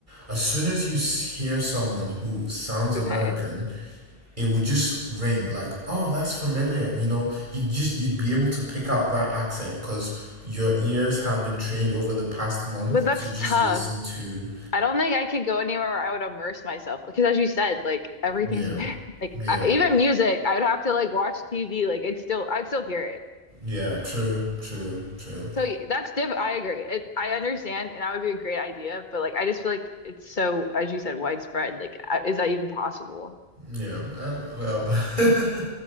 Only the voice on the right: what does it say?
As soon as you s- hear someone who sounds American,
it would just ring like, oh, that's familiar. You know, you just you'd be able to pick out that accent because your ears have been trained over the past month
to just
listen to
yeah
yeah
yeah true true true
yeah uh, well <laughs>